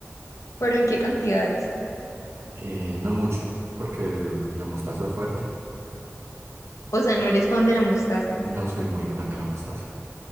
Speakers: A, on the left; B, on the right.
A: ¿Pero en qué cantidades?
B: Eh, no mucho, porque la mostaza es fuerte.
A: O sea, no eres fan de la mostaza.
B: No soy muy fan de la mostaza.